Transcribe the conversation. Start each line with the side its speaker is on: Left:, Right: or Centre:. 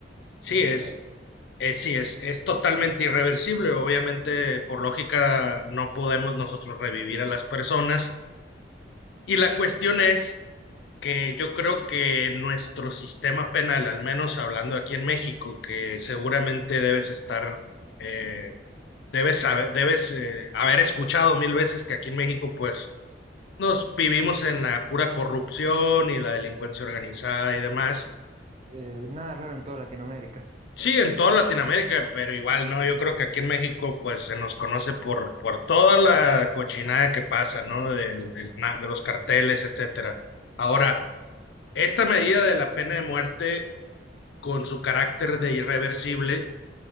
Left: sí,
Right: es
Left: es,
Right: verdad eso.
Left: es, sí, es, es totalmente irreversible. Obviamente, por lógica, no podemos nosotros revivir a las personas. Y la cuestión es que yo creo que nuestro sistema penal, al menos hablando aquí en México, que seguramente debes estar, eh, debes saber, debes eh, haber escuchado mil veces que aquí en México, pues, nos vivimos en la pura corrupción y la delincuencia organizada y demás.
Right: Eh, nada raro en toda Latinoamérica.
Left: Sí, en toda Latinoamérica, pero igual no, yo creo que aquí en México pues se nos conoce por, por toda la cochinada que pasa, ¿no? Del, del na- de los carteles, etcétera. Ahora, esta medida de la pena de muerte con su carácter de irreversible,